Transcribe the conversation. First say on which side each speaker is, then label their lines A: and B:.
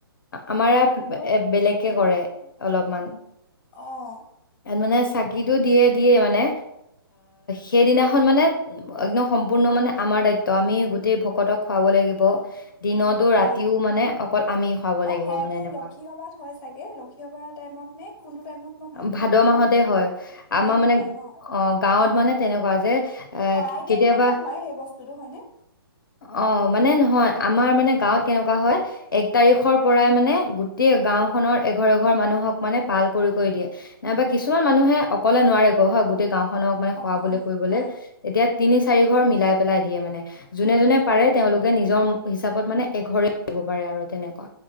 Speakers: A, on the left; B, on the left.
A: আমাৰ ইয়াত
B: মা গ'ল
A: এ বেলেগ কে
B: আমাৰ
A: কৰে অলপমান
B: অ
A: এয়াত মানে চাকিটো দিয়ে দিয়ে মানে সেইদিনাখন মানে একদম সম্পূৰ্ণ মানে আমাৰ দায়িত্ব আমি গোটেই ভকতক খুৱাব লাগিব দিনতো ৰাতিও
B: অ
A: মানে অকল আমি খুৱাব
B: অ
A: লাগিব
B: সেয়াতো
A: মানে এনেকুৱা
B: লক্ষীসভাত হয় চাগে লক্ষ্মীসভাৰ টাইমত নে কোনটো টাইমত মই ভালকে
A: ভাদ
B: গম
A: মাহতে
B: নাপাওঁ
A: হয়
B: ভাদ
A: আমাৰ
B: মাহত
A: মানে
B: হয় ন
A: অ গাঁৱত মানে তেনেকুৱা যে এ
B: শৰাই দিয়া
A: কেতিয়াবা
B: দিনাখন হয় সেই বস্তুটো হয়নে
A: অ মানে নহয় আমাৰ মানে গাঁৱত কেনেকুৱা হয় এক তাৰিখৰ পৰাই মানে গোটেই গাওঁ খনৰ এঘৰ এঘৰ মানুহক মানে পাল কৰি কৰি দিয়ে নাইবা কিছুমান মানুহে অকলে নোৱাৰে গ হয় গোটেই গাওঁ খনক মানে খুৱ
B: অ
A: বলে
B: অ
A: কৰিবলে
B: হয়
A: এতিয়া তিনি চাৰি ঘৰ মিলাই পেলাই দিয়ে মানে যোনে যোনে পাৰে তেওঁলোকে নিজৰ হিচাপত মানে এঘৰে দিব পাৰে আৰু তেনেকুৱা